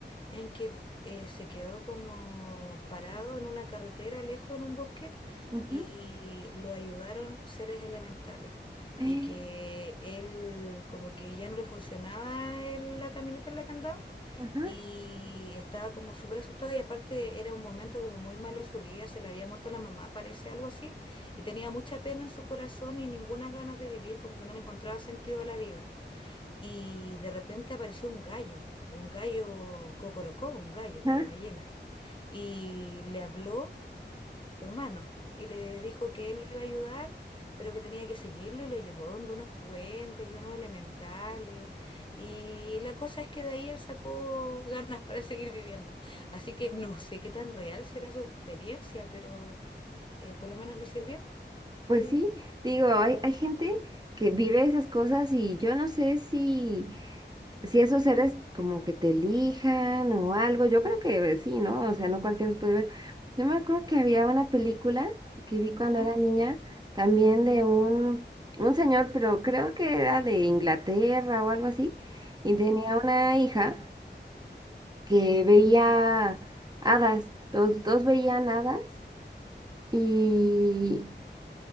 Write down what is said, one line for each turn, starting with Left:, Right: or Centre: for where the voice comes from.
Left: en que eh, se quedó como parado en una carretera lejos en un bosque
Right: ajá,
Left: y lo ayudaron seres elementales
Right: <gasps>
Left: y que él como que ya no le funcionaba el- la camioneta en la que andaba
Right: ajá,
Left: y estaba como súper asustada y aparte era un momento como muy malo de su vida, se le había muerto la mamá, parece algo así, y tenía mucha pena en su corazón y ninguna ganas de vivir, como que no le encontraba sentido a la vida. Y de repente apareció un gallo, un gallo cocorocó, un gallo
Right: ajá,
Left: de gallina, y le habló humano y le dijo que él lo iba a ayudar, pero que tenía que seguirlo y lo llevó donde unos duendes y unos elementales. Y la cosa es que de ahí él sacó ganas para <laughs> seguir viviendo. Así que no sé qué tan real será su experiencia, pero eh, por lo menos le sirvió.
Right: Pues
Left: Y,
Right: sí, digo, hay, hay gente que vive esas cosas y yo no sé si, si esos seres como que te elijan o algo, yo creo que sí, ¿no? O sea, no cualquiera los puede ver. Yo me acuerdo que había una película que vi cuando
Left: ujú,
Right: era niña, también de un, un señor, pero creo que era de Inglaterra o algo así, y tenía
Left: ujú.
Right: una hija que veía hadas, los dos veían hadas. Y,